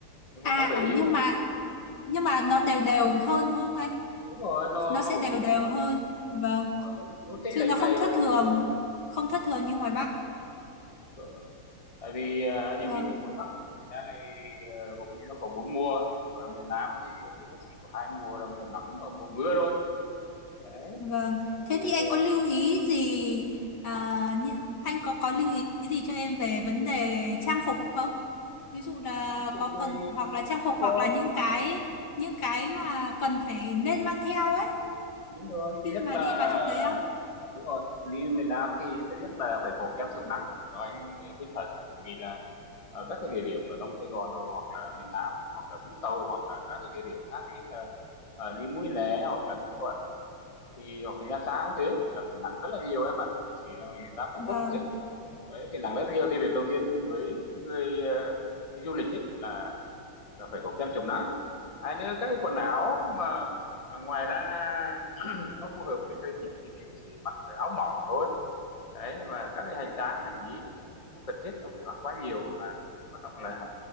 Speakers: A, on the left (about 20°); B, on the left (about 55°).
A: nhưng
B: À
A: mà trong đấy
B: nhưng mà nhưng mà nó đều đều hơn đúng không anh?
A: đúng rồi nó
B: Nó
A: nó
B: sẽ
A: ổn
B: đều
A: định
B: đều hơn. Vâng.
A: đúng rồi, nó nó chênh
B: Chứ
A: lệch
B: nó không
A: ngày
B: thất
A: và đêm
B: thường, không thất thường như ngoài Bắc.
A: Đúng rồi. tại vì à, anh em
B: Vâng.
A: mình ở ngoài Bắc ấy, thì ra này à, của mình nó có bốn mùa nhưng mà miền Nam thì nhiều khi nó chỉ có hai mùa là mùa nắng và mùa mưa thôi đấy
B: Vâng, thế
A: thì
B: thì anh có
A: à,
B: lưu ý gì à, như- anh có có lưu ý gì cho em về vấn đề trang phục không? Ví dụ là
A: tăng phục
B: có cần
A: thì
B: hoặc là trang
A: đúng
B: phục
A: rồi
B: hoặc là những cái những cái mà cần phải nên mang theo ấy
A: đúng rồi
B: khi
A: thứ nhất
B: mà
A: là
B: đi vào trong đấy á.
A: đúng rồi đi miền Nam thì thứ nhất là phải có kem chống nắng đó anh khuyên thật bởi vì là ở các cái địa điểm ở trong Sài Gòn hoặc là miền Nam ấy, hoặc là Vũng Tàu hoặc là các cái địa điểm khác như là ờ, đi Mũi Né hoặc là Bình Thuận thì hoặc là Nha Trang cũng thế là cái nắng rất là nhiều em ạ chỉ là mình ra Phú
B: Vâng,
A: Quốc cũng thế đấy cái nắng rất nhiều thì việc đầu tiên với người ờ, đi du lịch ấy là là phải có kem chống nắng hai nữa các cái quần áo mà ờ, ngoài ra nó phù hợp với thời tiết thì mình chỉ mặc cái áo mỏng thôi đấy và các cái hành trang hành lý thì cũng không cần thiết nó phải mang quá nhiều mà quan trọng là